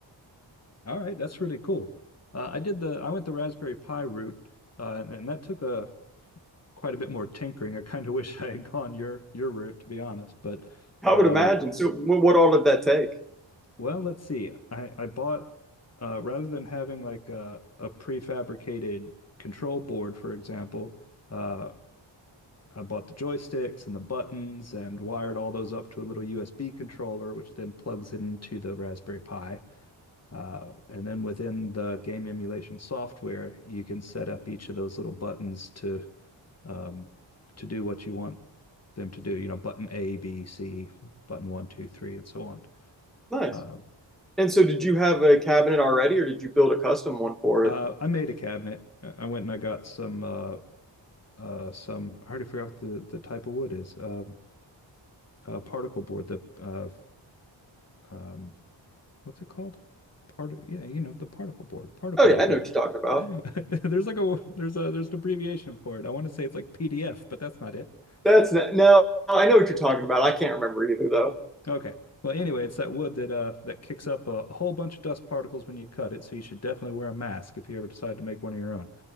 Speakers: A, on the left; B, in the centre.
A: all right, that's really cool. Uh, I did the I went the Raspberry Pi route, uh, and that took a quite a bit more tinkering. I kind of <laughs> wish I had gone your your route, to be honest, but
B: I
A: um,
B: would imagine. So what all did that take?
A: Well, let's see. I, I bought uh, rather than having like a, a prefabricated control board, for example, uh, I bought the joysticks and the buttons and wired all those up to a little USB controller, which then plugs into the Raspberry Pi. Uh, and then within the game emulation software, you can set up each of those little buttons to um, to do what you want them to do. You know, button A, B, C, button one, two, three, and so on.
B: Nice.
A: Uh,
B: And so did you have a cabinet already or did you build a custom one for
A: Uh,
B: it?
A: I made a cabinet. I went and I got some uh, uh, some. I already forgot what the, the type of wood is. Um, uh, particle board. The uh, um, what's it called? Part. Yeah, you know the particle board. Particle
B: Oh yeah, I know
A: wood.
B: what you're talking
A: <laughs>
B: about.
A: There's like a there's a there's an abbreviation for it. I want to say it's like PDF, but that's not it.
B: That's not, no, I know what you're talking about. I can't remember either though.
A: Okay. Well, anyway, it's that wood that uh that kicks up a, a whole bunch of dust particles when you cut it. So you should definitely wear a mask if you ever decide to make one of your own.